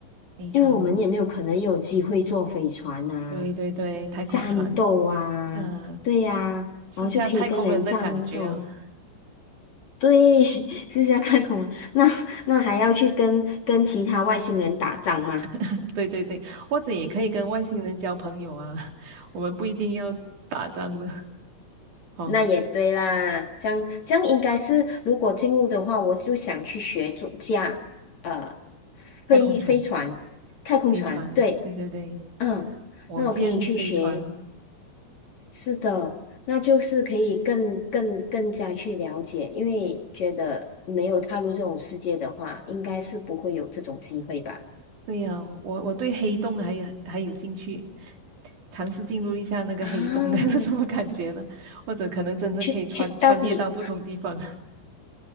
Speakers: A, on the right (about 40°); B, on the left (about 45°).
A: 飞船哦。
B: 因为我们也没有可能有机会坐飞船呐。
A: 对对对，太空船，
B: 战斗啊，
A: 嗯，
B: 对呀、
A: 试下太空人的感觉啊。
B: 然后就可以跟人战斗。对，<laughs> 是这样看恐龙，那那还要去跟跟其他外星人打仗吗？
A: <laughs> 对对对，或者也可以跟外星人交朋友啊，<laughs> 我们不一定要打仗的 <laughs>。哦，
B: 那也对啦，这样这样应该是，如果进入的话，我就想去学主驾，呃，
A: 太空船、
B: 飞飞船、太空船，
A: 飞船，
B: 对，
A: 对对对，
B: 嗯，
A: 火箭、
B: 那我可以去学，
A: 飞船。
B: 是的，那就是可以更更更加去了解，因为觉得没有踏入这种世界的话，应该是不会有这种机会吧？
A: 对呀，我我对黑洞还有还有兴趣，尝试进入一下那个黑洞
B: 啊，<laughs>
A: <laughs> 是什么感觉呢？或者可能真的可以穿穿越到不同地方。
B: 去去，到底
A: <laughs>